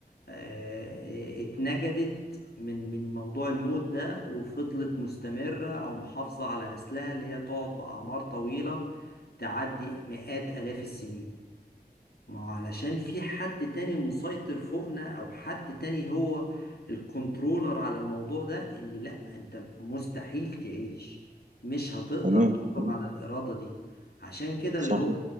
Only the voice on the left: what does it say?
آه، اتنجدت من من موضوع الموت ده وفضلت مستمرة أو محافظة على نسلها اللي هي تقعد بأعمار طويلة تعدي مئات آلاف السنين ما هو علشان في حد تاني مسيطر فوقنا او حد تاني هو الكنترولر على الموضوع ده اللي لا انت مستحيل تعيش مش هتقدر
تخرج
عن الارادة دي عشان كده
اللي هو